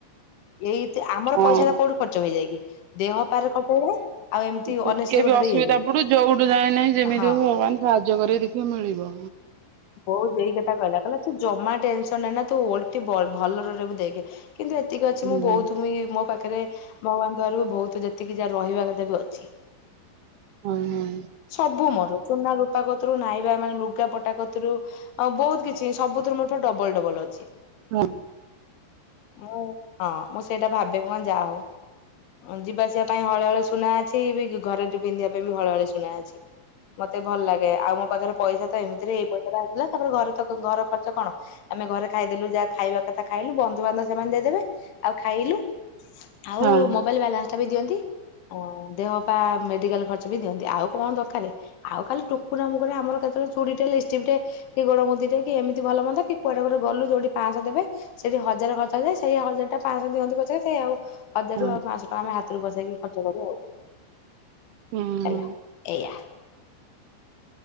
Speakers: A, on the left; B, on the right.
A: ଏଇ ଆମର
B: ହଁ
A: ପଇସା ର କୋଉଠି ଖର୍ଚ୍ଚଇଯାଇକ କି? ନ ପାରେ କଟେଇଲେ ଆଉ <unintelligible>
B: ଟିକେବି
A: ଅନେଷ୍ଟଲି ଗୋଟେ
B: ଅସୁବିଧା
A: ଗୋଟେ ଇଏ ହେଇଯାଏ
B: ପଡୁ ଯୋଉଠୁ ଯାଏ ନାହିଁ ଯେମିତି
A: ହଁ।
B: ହବ ଭଗବାନ ସାହାଯ୍ୟ କରିକି ଦେଖିବ ମିଳିବ।
A: ବୋଉ ସେଇ କଥା କହିଲା କହିଲା ତୁ ଜମା ଟେନସନ ନେନା ତୁ ଓଲଟି ଭଲରେ ରହିବୁ ଦେଖେ। କିନ୍ତୁ ଏତିକି ଅଛି
B: ହୁଁ
A: ମୁଁ ବହୁଉତମି
B: ହୁଁ
A: ମୋ ପାଖରେ। ପାଖରେ ଭଗବାନଙ୍କ ଦୟାରୁ ବି ବହୁତ ଯେତିକି ଯାହା ରହିବା କଥା ବି ଅଛି।
B: <inaudible>
A: ସବୁ ମୋର ସୁନା ରୂପାକତ୍ରୁ ନାଇବା ମାନେ ଲୁଗା ପଟା କୁ ରୁ ଆ ବହୁତ କିଛି ସବୁଥିରୁ ମୋର ଡବଲ୍ ଡବଲ୍ ଅଛି।
B: ହଁ।
A: ମୁଁ ହଁ ମୁଁ ସେଇଟା ଭାବେ ମ ଯାହା ହଉ। ଯିବା ଆସିବା ପାଇଁ ହଳେ ହଳେ ସୁନା ଅଛି ବି ଘରେ ପିନ୍ଧିବା ପାଇଁ ବି ହଳେ ହଳେ ସୁନା ଅଛି। ମତେ ଭଲ ଲାଗେ ଆଉ ମୋ ପାଖରେ ପଇସା ତ ଏମିତିରେ ହେଇ ଇସ ଆସିଲା ତାପରେ ଘରେ ତ ଘର ଖର୍ଚ କଣ ଆମେ ଘରେ ଖାଇଦେଲୁ ଯାହା ଖାଇବା କଥା ଖାଇଲୁ ବନ୍ଧୁବାନ୍ଧ ସେମାନେ। ଦେଇଦେବେ ଆଉ ଖାଇଲୁ ଆଉ
B: ହଁ ହଁ
A: ମୋବାଇଲ ବାଲାନ୍ସ ଟା ବି ଦିଅନ୍ତି। ଅ ଦେହ ପା ମେଡିକାଲ ଖର୍ଚ ବି ଦିଅନ୍ତି ଆଉ କଣ ଦରକାର ଆଉ ଖାଲି ଟୁକୁରା ମୁକୁରା ଆମର କେତେବେଳେ ଚୁଡ଼ିଟେ, ଲିପ୍ ଲିପଷ୍ଟିକଟେ କି ଗୋଡ ମୁଦିଟେ ଏମିତି ଭଲ ମନ୍ଦ କି କୁଆଡେ ଗୋଟେ ଗଲୁ ଯଉଠି ପାଂସହ ଦେବେ ସେଠି ହଜାର ଖର୍ଚ୍ଚ ହେଇଯାଏ। ସେଇ ହଜାର ଟା ପାଞ୍ଚଶହ ଦିଅନ୍ତୁ ପଚାର ସେଇ ଆଉ। ହଜାରରରୁ
B: ହଁ
A: ଆଉ ପାଂସହ ଟଙ୍କା ଆମେ ହାତରୁ ବସେଇକି ଖର୍ଚ୍ଚ କରୁ ଆଉ।
B: ହୁଁ
A: ହେଲା ଏଇଆ।